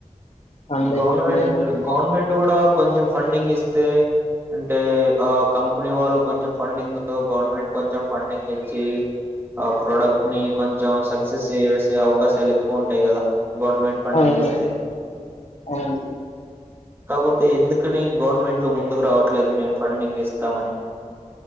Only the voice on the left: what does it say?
పండించకుండా
అవును
అవును